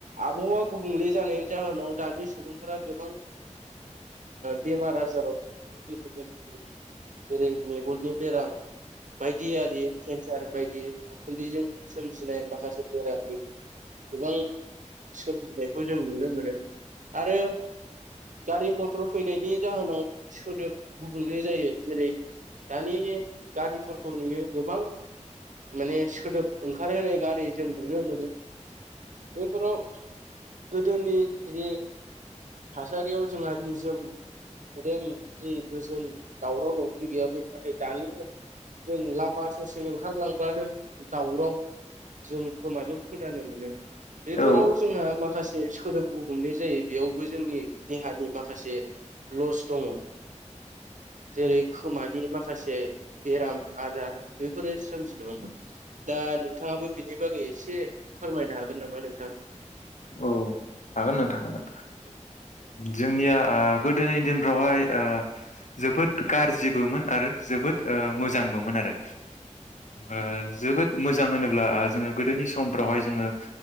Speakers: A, on the right; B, on the left.
A: आबहावा गुबुंले जानायनि जाहोनाव दानि सुबुंफोरा गोबां ओ बेमार आजाराव भुगिनो गोनां जायो जेरै मेगननि बेराम बायदिआरि केन्सार बायदि उखुन्दैजों सोमजिनाय माखासे बेराम बेफोर गोबां सोमजिनायखौ जों नुनो मोनो। आरो गारि मथ'र फैनायनि जाहोनाव सोदोब गुबुंले जायो जेरै दानि गारिफोरखौ नोङो गोबां माने सोदोब ओंखारहोनाय गारि जों नुनो मोनो बेफोराव गोदोनि जि थासारियाव जोंहा निजोम सुदेम जि गोजोन दावराव दावसि गैयामोन नाथाय दानि जों लामा ससे ओंखारलांब्लानो दावराव। जों खोमाजों खोनानो मोनो। बेफोराव
B: औ
A: जोंहा माखासे सोदोब गुबुंले जायो। बेयावबो जोंनि देहानि माखासे लस दङ जेरै ओ खोमानि माखासे बेराम आजार बेफोरो सोमजि नङोन दा नोंथाङाबो बिनि बागै एसे फोरमायनो हागोन नामा नोंथां?
B: औ हागोन नोंथां हागोन।
A: औ
B: जोंनिया गोदोनि ओ दिनफ्रावहाय ओ जोबोद गाज्रिबोमोन आरो जोबोद मोजांबोमोन आरो ओ जोबोद मोजां होनोब्ला ओ जोङो गोदोनि समफ्रावहाय जोङो